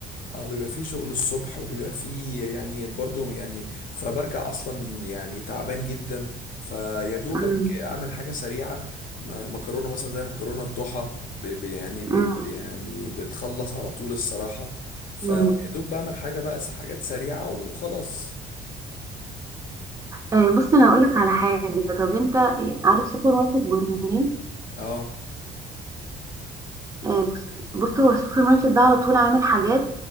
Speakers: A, on the left; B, on the right.
A: اه بيبقى فيه شغل الصبح وبيبقى فيه يعني برضو يعني فبرجع اصلا يعني تعبان جدا فيا دوبك
B: أمم،
A: اعمل حاجه سريعه م- مكرونه مثلا زي مكرونه الضحى ب- ب- يعني بت
B: أمم،
A: يعني بتخلص على طول الصراحه فيا
B: أمم.
A: دوب بعمل حاجه بقى س- حاجات سريعه وخلاص
B: آه، بص انا هقول لك على حاجه طب انت آه، عارف سوبر ماركت جورمي
A: اه
B: آه، بص بص هو السوبر ماركت ده على طول عامل حاجات